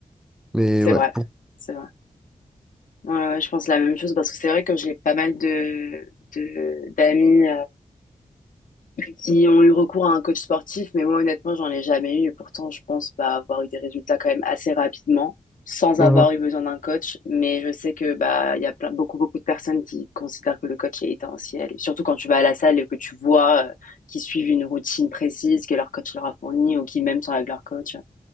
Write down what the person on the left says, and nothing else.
c'est
vrai,
c'est vrai. Ouais, ouais, je pense la même chose parce que c'est vrai que j'ai pas mal de de- d'amis qui ont eu recours à un coach sportif, mais moi honnêtement, j'en ai jamais eu. Et pourtant, je pense bah, avoir eu des résultats quand même assez rapidement, sans
avoir eu besoin d'un coach. Mais je sais que bah il y a plein, beaucoup beaucoup de personnes qui considèrent que le coach est essentiel. Et surtout quand tu vas à la salle et que tu vois euh, qu'ils suivent une routine précise que leur coach leur a fournie ou qui même sont avec leur coach.